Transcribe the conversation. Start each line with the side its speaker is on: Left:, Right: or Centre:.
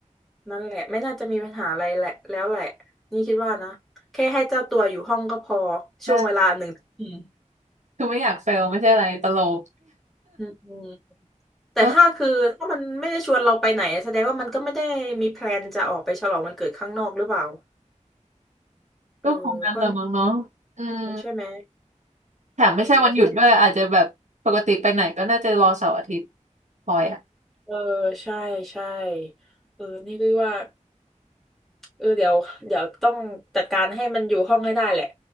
Centre: นั่นแหละไม่น่าจะมีปัญหาอะไรแหละแล้วแหละนี่คิดว่านะแค่ให้เจ้าตัวอยู่ห้องก็พอ
Right: ใช่
Centre: ช่วงเวลาหนึ่งอืม
Right: คือไม่อยากเฟลไม่ใช่อะไรตลก
Centre: อืมอืมแต่ถ้าคือถ้ามันไม่ได้ชวนเราไปไหนแสดงว่ามันก็ไม่ได้มีแพลนจะออกไปฉลองวันเกิดข้างนอกหรือเปล่า
Right: ก็
Centre: เออเพราะ
Right: ก็คงงั้นแหละมั้งเนาะอืม
Centre: ใช่ไหม
Right: แถมไม่ใช่วันหยุดด้วยอาจจะแบบปกติไปไหนก็น่าจะรอเสาร์อาทิตย์
Centre: เออคิดว่า
Right: พอยอ่ะ
Centre: เออใช่ใช่เออนี่ก็ว่าเออเดี๋ยวเดี๋ยวต้องจัดการให้มันอยู่ห้องให้ได้แหละ